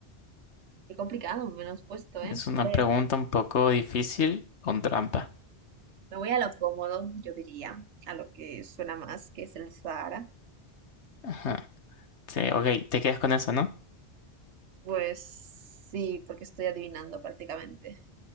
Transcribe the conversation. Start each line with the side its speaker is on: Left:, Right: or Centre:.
Right: Qué complicado, menos puesto, ¿eh?
Left: Es una
Right: A ver,
Left: pregunta un poco difícil con trampa.
Right: Me voy a lo cómodo, yo diría, a lo que suena más, que es el Sahara.
Left: Ajá. Sí, ok, te quedas con eso, ¿no?
Right: pues sí, porque estoy adivinando prácticamente.